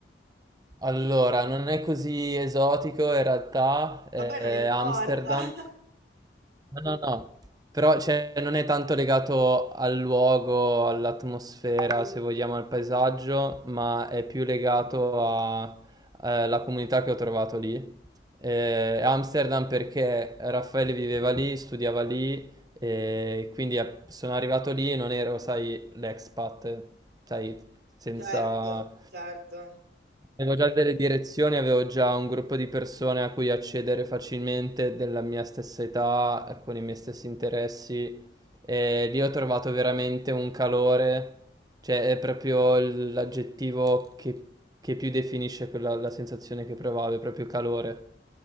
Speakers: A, on the right; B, on the right.
A: Allora, non è così esotico in realtà, eh,
B: Vabbè, non importa.
A: Amsterdam
B: <laughs>
A: No, no, no, però cioè, non è tanto legato al luogo, all'atmosfera, se vogliamo, al paesaggio, ma è più legato a- alla comunità che ho trovato lì. Eh, Amsterdam perché Raffaele viveva lì, studiava lì, e quindi eh, sono arrivato lì e non ero, sai, l'expat, sai, senza
B: Certo, certo.
A: Avevo già delle direzioni, avevo già un gruppo di persone a cui accedere facilmente della mia stessa età, con i miei stessi interessi e lì ho trovato veramente un calore, cioè è proprio l- l'aggettivo che, che più definisce quella, la sensazione che provavo, è proprio calore